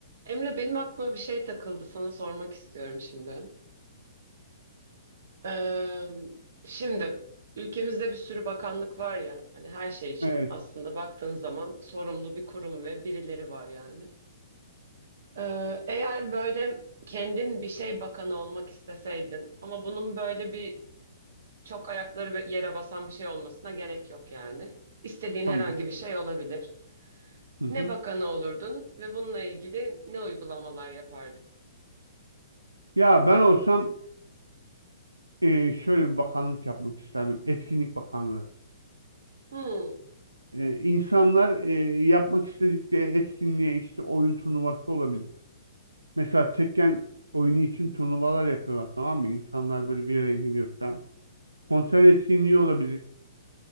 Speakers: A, on the right (about 55°); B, on the right (about 80°).
A: Emre benim aklıma bir şey takıldı. Sana sormak istiyorum şimdi. Ee, şimdi ülkemizde bir sürü bakanlık var ya. Hani her şey için
B: Evet,
A: aslında baktığın zaman sorumlu bir kurum ve birileri var yani. Ee, eğer böyle kendin bir şey bakanı olmak isteseydin ama bunun böyle bir çok ayakları be- yere basan bir şey olmasına gerek yok yani. İstediğin
B: tamam.
A: herhangi bir şey olabilir.
B: Hı hı.
A: Ne bakanı olurdun ve bununla ilgili ne uygulamalar yapardın?
B: Ya ben olsam e, şöyle bir bakanlık yapmak isterdim. Etkinlik Bakanlığı.
A: Hmm.
B: E, insanlar e, yapmak istedikleri etkinliğe işte oyun turnuvası olabilir. Mesela Tekken oyunu için turnuvalar yapıyorlar tamam mı? İnsanlar böyle bir araya geliyor falan. Konser etkinliği olabilir.